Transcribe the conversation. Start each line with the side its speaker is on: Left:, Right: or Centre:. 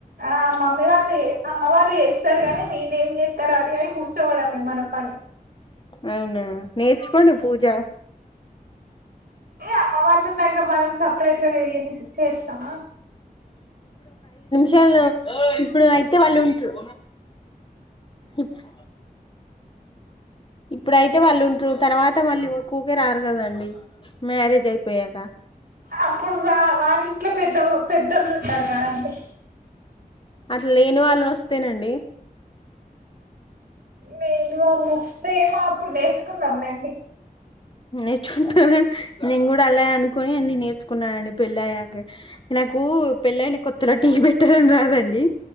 Right: ఆ మమ్మీ వాళ్లు ఎ సం. అమ్మ వాళ్ళ ఎస్తరు గానీ నేఎమ్ చేస్ ఇంకా రెడీ అయి కూర్చోవడమే. అదె మన పని.
Left: అవునా నేర్చుకోండి పూజ.
Right: ఏ అమ్మ వాళ్ళు ఉండంగా మనం సపరేట్ గా చెయ్యని చేస్తామా.
Left: చలో ఇప్పుడు అయితే వాళ్ళు ఉంటారు ఈప్స్ ఇప్పుడైతే వాళ్ళు ఉంటురు తర్వాత మళ్ళీ ఊకూకే రారు కదండి మ్యారేజ్ అయిపోయాక.
Right: అప్పుడు వా వాళ్ళ ఇంట్లో పెద్ద పెద్దోళ్ళు ఉంటారు కదండి.
Left: అట్లా లేని వాళ్లు వస్తేనండి.
Right: నేను వాళ్ళు వస్తే మా అప్పుడు నేర్చుకుందాం లెండి.
Left: నేర్చుకుంటారు గా నేను కూడా అలా అనుకుని అన్ని నేర్చుకున్నానండి పెళ్ళయ్యాక నాకు పెళ్ళయిన కొత్తలో టీ పెట్టడం రాదండి.